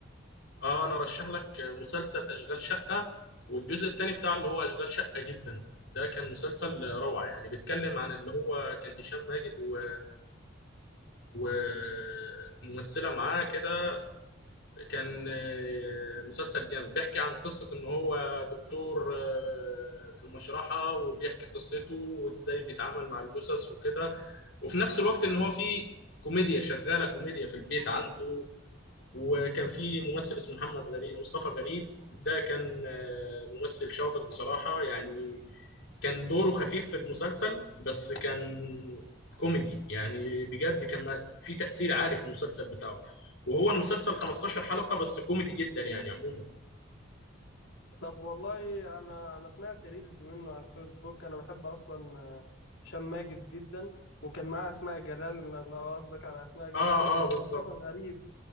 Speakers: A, on the left; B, on the left.
A: اه انا ارشح لك مسلسل اشغال شقه والجزء الثاني بتاع اللي هو اشغال شقه جدا ده كان مسلسل روعه يعني بيتكلم عن اللي هو كان هشام ماجد و وممثله معاه كده كان آه، مسلسل جامد بيحكي عن قصه ان هو دكتور آه، في المشرحه وبيحكي قصته وازاي بيتعامل مع الجثث وكده وفي نفس الوقت ان هو في كوميديا شغاله كوميديا في البيت عنده وكان في ممثل اسمه محمد غريب مصطفى غريب ده كان آه، ممثل شاطر بصراحة يعني كان دوره خفيف في المسلسل بس كان كوميدي يعني بجد كان في تأثير عالي في المسلسل بتاعه وهو المسلسل 15 حلقة بس كوميدي جدا يعني عموما
B: طب والله انا انا سمعت ريلز منه على الفيسبوك انا بحب اصلا آه، هشام ماجد جدا وكان معاه اسماء جلال لو قصدك على اسماء جلال
A: اه
B: ومصطفى
A: اه بالظبط
B: غريب